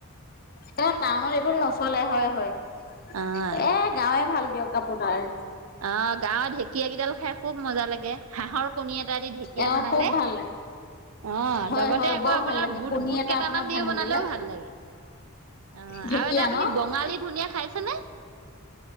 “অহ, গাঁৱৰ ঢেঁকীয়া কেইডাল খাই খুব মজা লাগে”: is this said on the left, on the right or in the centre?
Right